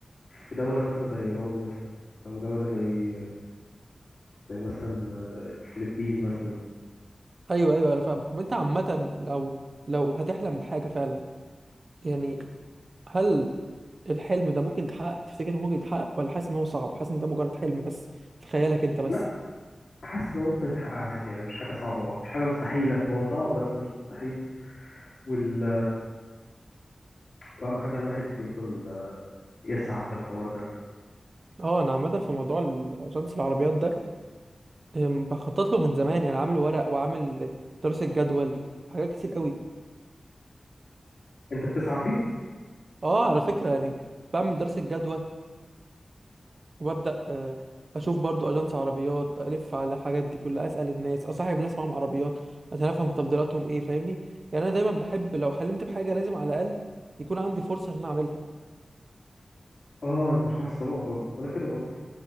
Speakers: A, on the left; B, on the right.
A: في دولة مثلا زي إيران مثلا أو دولة زي زي مثلا آه، الفلبين مثلا
B: ايوه ايوه انا فاهمك طب انت عامة لو لو هتحلم بحاجة فعلا يعني هل الحلم ده ممكن يتحقق تفتكر انه ممكن يتحقق ولا حاسس ان هو صعب حاسس ان ده مجرد حلم بس في خيالك انت بس
A: لا حاسس إن هو ممكن يتحقق عادي يعني مش حاجة صعبة أه مش حاجة مستحيلة هو صعب بس مش مستحيل وال... واهم حاجه الواحد يفضل آه، يسعى في الحوار ده
B: اه انا عامة في موضوع الاجنس العربيات ده أم، بخطط له من زمان يعني عامل ورق وعامل دراسة جدول حاجات كتير قوي
A: انت بتسعى فيه
B: اه على فكرة يعني بعمل دراسة جدوى وببدأ آه، اشوف برضو اجانس عربيات الف على الحاجات دي كلها اسأل الناس اصاحب ناس معاهم عربيات عشان افهم تفضيلاتهم ايه فاهمني يعني انا دايما بحب لو حلمت بحاجة لازم على الاقل يكون عندي فرصة ان انا اعملها
A: اه انت شخص طموح برضه وانا كده برضه